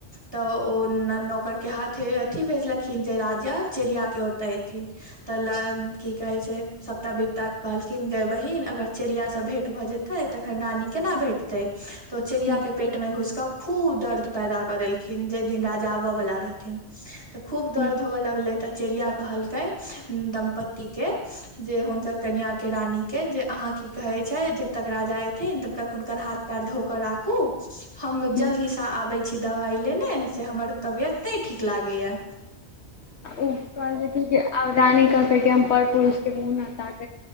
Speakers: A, on the left (about 20°); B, on the left (about 75°).
A: तऽ ओ नौकरके हाथे, अथी भेजलखिन, जे राजा चिड़िया के ओते एथिन, तऽ नारद की कहै छै सपता विपता कहलखिन, गे बहिन अगर चिड़ियासँ भेँट भ जेतै तखन रानी केना भेटतै? त चिड़िया
B: हूँ
A: के पेट मे घुसि क खूब दर्द पैदा क देलखिन, जै दिन राजा आबय बला रहथिन। त खूब दर्द
B: हूँ
A: होअ लगलै त चिड़िया कहलकै, दम्पति प के जे हुनकर कनिआके रानीक के, जे अहाँ की कहै छै, जब तक राजा एथिन, तबतक हुनकर हाथ पैर धोक कऽ राखू। हम
B: हूँ
A: जल्दी से आबे से दबाइ लेने, से हमर तबियत नै ठीक लागैए।
B: ओ कहलकै जे, रानी कहलकै जे कि हम पर पुरुष के नुना साग